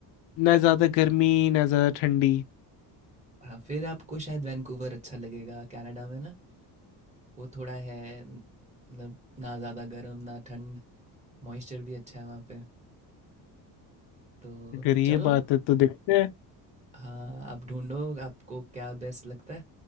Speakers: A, on the left (about 70°); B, on the right (about 15°).
A: ना ज्यादा गर्मी ना ज्यादा ठंडी
B: हाँ फिर आपको शायद वैंकूवर अच्छा लगेगा कनाडा में ना वो थोड़ा है न- मतलब ना ज़्यादा गर्म ना ठंड मॉइस्चर भी अच्छा है वहाँ पे तो
A: अगर ये
B: चलो
A: बात है तो देखते हैं
B: हाँ आप ढूंढो आपको क्या बेस्ट लगता है